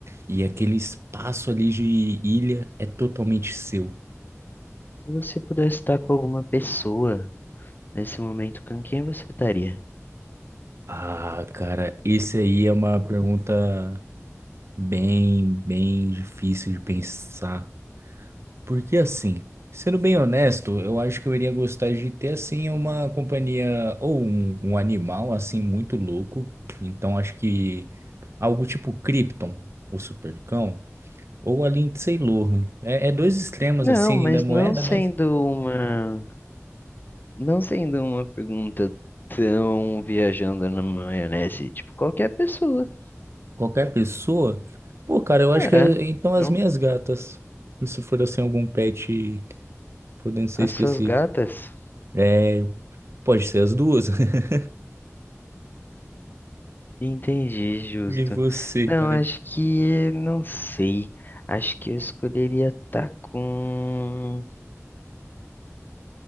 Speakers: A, on the right (about 55°); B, on the left (about 40°).
A: E aquele espaço ali de ilha é totalmente seu.
B: Se você pudesse estar com alguma pessoa nesse momento, com quem você estaria?
A: Ah, cara, esse aí é uma pergunta bem, bem difícil de pensar. Porque assim, sendo bem honesto, eu acho que eu iria gostar de ter assim uma companhia ou um, um animal assim muito louco. Então acho que algo tipo Krypton, o Supercão, ou a Lindsay Lohan. É, é dois extremos
B: Não,
A: assim
B: mas
A: da moeda,
B: não sendo
A: mas
B: uma, não sendo uma pergunta tão viajando na maionese, tipo qualquer pessoa.
A: qualquer pessoa. Pô, cara, eu acho
B: É,
A: que é- então as
B: não,
A: minhas gatas, se for assim algum pet, podendo ser
B: as
A: específico.
B: suas gatas?
A: É, pode ser as duas. <laughs>
B: Entendi, justo.
A: E você,
B: Não,
A: cara?
B: acho que não sei. Acho que eu escolheria estar com